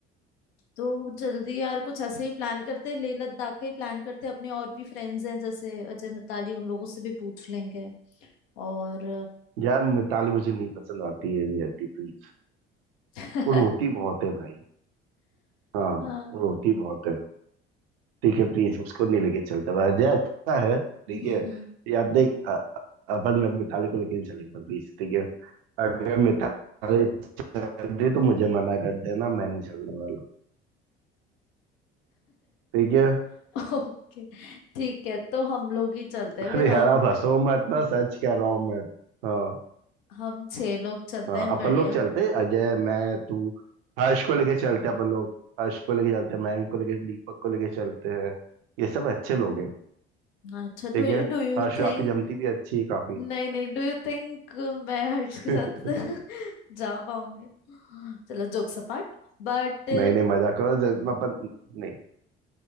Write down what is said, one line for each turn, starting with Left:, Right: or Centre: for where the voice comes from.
Left: तो जल्दी यार कुछ ऐसे ही प्लान करते हैं लेह लद्दाख का ही प्लान करते हैं अपने और भी फ्रेंड्स हैं जैसे अजय मिताली उन लोगों से भी पूछ लेंगे और
Right: यार मिताली मुझे नहीं पसंद आती है नहीं आती प्लीज
Left: <laughs>
Right: वो रोती बहुत है भाई हाँ
Left: हाँ
Right: वो रोती बहुत है ठीक है प्लीज उसको नहीं लेके चलता भाई अजय अच्छा है ठीक
Left: हम्म
Right: है यार देख अ- अ- अपन मत मिताली को लेके नहीं चलेंगे प्लीज ठीक है अगर मिताली चल रही तो मुझे मना कर देना मैं नहीं चलने वाला ठीक है
Left: ओके <laughs> ठीक है तो हम लोग ही चलते
Right: अरे
Left: हैं फिर हम
Right: यार आप हंसो मत ना सच कह रहा हूँ मैं हाँ
Left: हम छह लोग चलते
Right: हाँ,
Left: हैं
Right: अपन
Left: बढ़िया
Right: लोग चलते अजय मैं तू हर्ष को लेके चलते अपन लोग हर्ष को लेके चलते हैं मयंक को लेके दीपक को लेके चलते हैं ये सब अच्छे लोग हैं
Left: अच्छा
Right: ठीक
Left: डू यू
Right: है
Left: डू यू
Right: हर्ष
Left: थिंक
Right: आपकी जमती भी अच्छी है काफी
Left: नहीं नहीं डू यू थिंक मैं हर्ष
Right: <laughs>
Left: के
Right: नहीं
Left: साथ <laughs> जा पाऊंगी चलो जोक सपाट बट
Right: नहीं मजा करो जब अपन नहीं